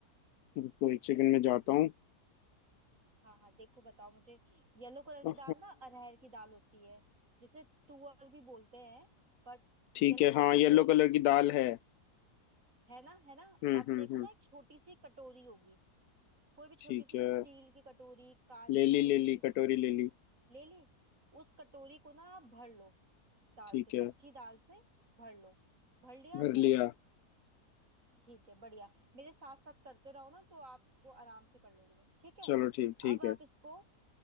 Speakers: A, on the left; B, on the right.
A: रुको एक सेकंड में जाता हूँ
B: हाँ हाँ देखो बताओ मुझे येलो कलर
A: हाँ
B: की दाल ना अरहर की दाल होती है जिसे तुअर भी बोलते हैं बट
A: ठीक
B: येलो
A: है
B: देखो
A: हाँ येलो
B: कोई भी
A: कलर की दाल है
B: है ना है ना
A: हम्म
B: अब
A: हम्म
B: देखो
A: हम्म
B: ना एक छोटी सी कटोरी होगी कोई भी
A: ठीक
B: छोटी सी
A: है
B: स्टील की कटोरी कांच
A: ले
B: की
A: ली
B: कटोरी
A: ले ली कटोरी ले ली
B: ले ली उस कटोरी को ना आप भर लो दाल
A: ठीक
B: से
A: है
B: कच्ची दाल से भर लो भर लिया आपने
A: भर लिया
B: ठीक है बढ़िया मेरे साथ साथ करते रहो ना तो आपको आराम से कर लोगे ठीक है
A: चलो ठीक ठीक
B: अब आप
A: है
B: इसको